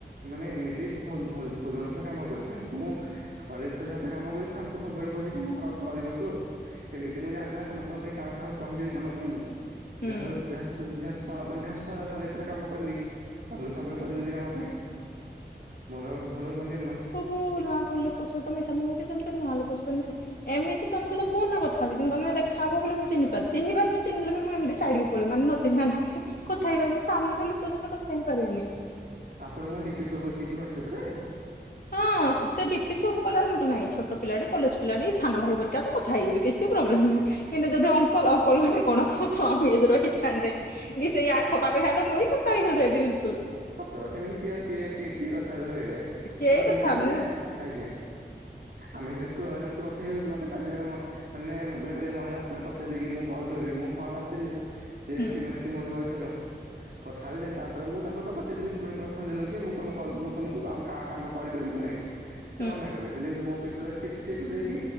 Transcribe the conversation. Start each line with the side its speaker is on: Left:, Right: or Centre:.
Right: ମାନେ ଏମିତି ବହୁତ ବହୁତ ଜଣ ସହ କାମ କରିଛି। ଯାହାକୁ ମୁଁ ଥରେ ଥରେ ସେ କାମ କରିଛି କୁ ସବୁବେଳେ କହିଛିକି ମୁଁ କ କରିବାକୁ ଏମିତି ମୁଁ ଜାଣିନ ସମସ୍ତଙ୍କ ପାଇଁ କାହାକୁ କହିଦେବି ତମ ପାଇଁ
Left: ହୁଁ।
Right: ଯାହାସ ଯାହାସ ଯାହା ତ ଯାହା ସହିତ ଥରେ ଥରେ କାମ କଲି ତାଙ୍କୁ ସବୁବେଳେ ପଚାରିଛି କାମ ପାଇଁ। ମୋର ଭଲ ମାନେ ମାନେ
Left: ହୁ ନୂଆ ଲୋକଙ୍କ ସହିତ ମିଶା ମୁଁ ବି ସେମିତି ନୂଆ ଲୋକ ସହିତ ମିଶେ ଏମିତି ତମ ସହିତୋନ କଥାଛି କିନ୍ତୁମେ ଦେଖା ହବ ବୋଲି ମୁ ଚହ୍ିାରିହ୍ନିାରି ଚିହ୍ିଲେ ମୁଁ ଏମତି ସା ପଳେଇ ମାନେ ନଚିହ୍ନିଲା ନେକେ କଥା ହେଇପାରିବ ମୁଁ ସାମ୍ନାରେ ଲୋକ ସହିତ କଥା ହେଇପାରେନି।
Right: ଆପଣଙ୍କ ଡି ପି ଶୋକକ୍ଛି କି ହ୍ୱାଟ୍ସଆପ ରେ
Left: ହଁ ସେ ଡିପି ସପ୍ କଲା ଏମି କ ନାଇଁ ଛୋଟ ପିଲା କଲେଜ ପିଲାଟି ସାନ ଭାଇ ପରି ତ କଥା ହେଇଯିବି କିଛି ପ୍ରୋବ୍ଲେମ୍ ନାହିଁ କିନ୍ତୁ ଯଦି ଅଙ୍କଲ ଅଙ୍କଲ ମାନେ କଣ ମୋ ସ୍ୱାମୀ ହିଯଦି ରହିଇଥାନ୍ତେ କି ସେଇ ଆଖପାଖ ଇଆ ତ ମୁଇଁ କଥା ହେଇ ନ ଯାଇ ବିଲକୁଲ।
Right: ସତ କଥା ଏମିତି କିଏ କିଏ କିଏ କିଏ କଥାବେ କହିଲେ
Left: କେହି
Right: ତ ଏମିତି
Left: କଥା ହବନି
Right: ବି ମାନେ ଆଜ୍ଞା। ଆମେ ସେ ଛୁଆ ମାନେ ଅଛୁ କଥା ହେଇଯାଉଛି ମତେ କାଲି ଜଣେ ମାନେ ମଜଣ କାଲି ମହିଳା ମାନେ ପଚାରିଲେକି ମୁଁ କଲ୍ କରିବି ମୁଁ ହଁ ମାରିଦେଲି। ସେ
Left: ହୁଁ
Right: ବି ମାନେ ସେ ମୋରି ବୟସର କଥା ହେଥାନ୍ତି ତାପରେ ମୁଁ ତାଙ୍କ କ ସେ ଥିଲେ ମାନେ ପ୍ରଥମ ଦିନ କି ମୁଁ ତମ କ ମୁଁ ତମକୁ କାମ୍ କାହା କାମ କରିପାରିବି କି ନାହିଁ। ସେ
Left: ହୁଁ
Right: ମନା କଲେ କହିଲେ ମୁଁ ସେଏ କହିଲେ କି